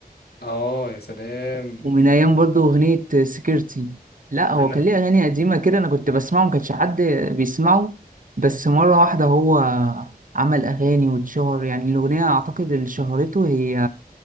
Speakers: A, on the left (about 90°); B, on the right (about 55°).
A: اه يا سلام
B: ومن ايام برضو اغنيه سكيورتي لا هو
A: انا
B: كان ليه اغاني قديمه كده انا كنت بسمعه ما كانش حد بيسمعه بس مره واحده هو عمل اغاني واتشهر يعني الاغنيه اعتقد اللي شهرته هي